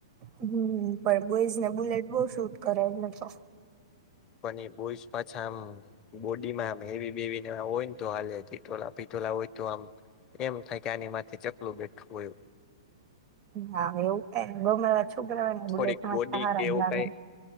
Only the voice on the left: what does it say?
પણ ઈ બોઈસ પાછા આમ. બોડીમાં આમ હેવી બેવી ને હોય તો હાલે ટીટોલા પિથોલા હોય તો આમ એમ થાય કે આની માથે ચકલું બેઠું હોય.
થોડીક
બોડી
કે એવું
કઈ